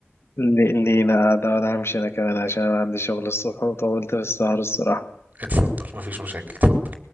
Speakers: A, on the left (about 70°); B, on the right (about 35°).
A: لي- لينا قاعدة وأنا همشي أنا كمان عشان أنا عندي شغل الصبح وطولت في السهر الصراحة
B: اتفضل مفيش مشاكل اتفضل